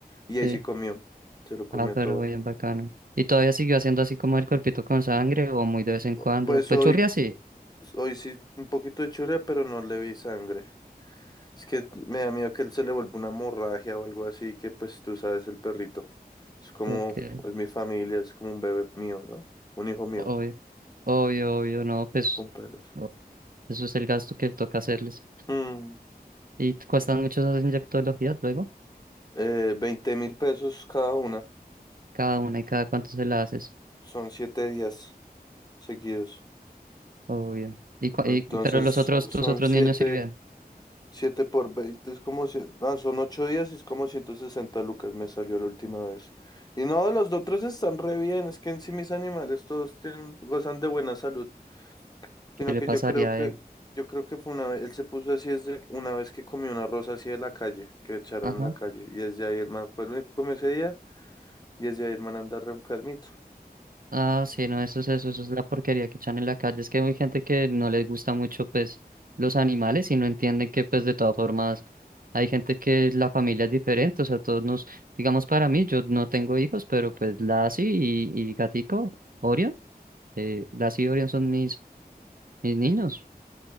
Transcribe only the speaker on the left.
y ahí
sí comió, se lo comió
todo.
O-
Pues
hoy,
hoy sí un poquito de churia, pero no le vi sangre. Es que me da miedo que él se le vuelva una hemorragia o algo así, que pues tú sabes, el perrito, es como,
es mi familia, es como un bebé mío, ¿no? Un hijo mío,
con pelos.
Mm,
eh, veinte mil pesos cada una.
Son siete días seguidos.
Entonces
son
siete,
siete por veinte es como, cien- ah, son ocho días y es como 160 lucas me salió la última vez. Y no, los otros están re bien, es que en sí mis animales todos tienen, gozan de buena salud, sino
que
yo creo que,
yo creo que fue una vez, él se puso así desde una vez que comió una rosa así de la calle, que echaron
en la calle, y desde ahí el man fue el único que comió ese día, y desde ahí el man anda re enfermito.